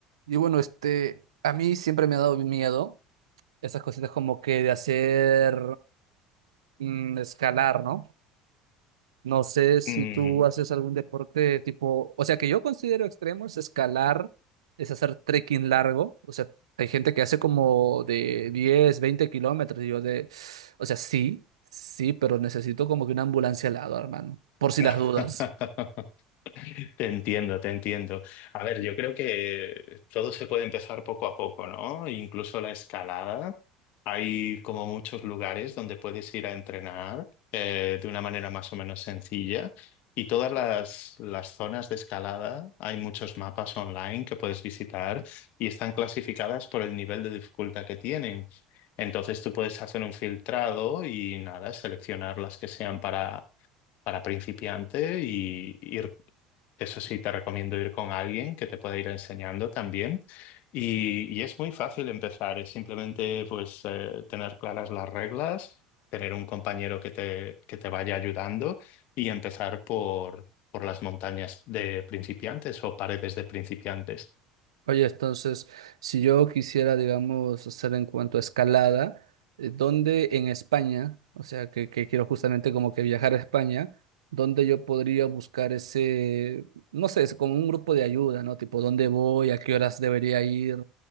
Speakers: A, on the right (about 85°); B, on the left (about 60°).
A: Y bueno, este, a mí siempre me ha dado miedo esas cositas como que de hacer mm, escalar, ¿no? No sé si
B: Mm,
A: tú haces algún deporte tipo, o sea, que yo considero extremo es escalar, es hacer trekking largo, o sea, hay gente que hace como de 10 20 kilómetros, y yo de, o sea, sí, sí, pero necesito como que una ambulancia al lado, hermano, por si
B: <laughs>
A: las dudas.
B: Te entiendo, te entiendo. A ver, yo creo que todo se puede empezar poco a poco, ¿no? Incluso la escalada. Hay como muchos lugares donde puedes ir a entrenar eh, de una manera más o menos sencilla. Y todas las, las zonas de escalada, hay muchos mapas online que puedes visitar y están clasificadas por el nivel de dificultad que tienen. Entonces tú puedes hacer un filtrado y nada, seleccionar las que sean para para principiante y ir, eso sí, te recomiendo ir con alguien que te pueda ir enseñando también. Y, y es muy fácil empezar, es simplemente pues eh, tener claras las reglas, tener un compañero que te, que te vaya ayudando y empezar por, por las montañas de principiantes o paredes de principiantes.
A: Oye, entonces, si yo quisiera, digamos, hacer en cuanto a escalada, eh, ¿dónde en España, o sea, que, que quiero justamente como que viajar a España, dónde yo podría buscar ese, no sé, es como un grupo de ayuda, ¿no? Tipo, ¿dónde voy? ¿A qué horas debería ir?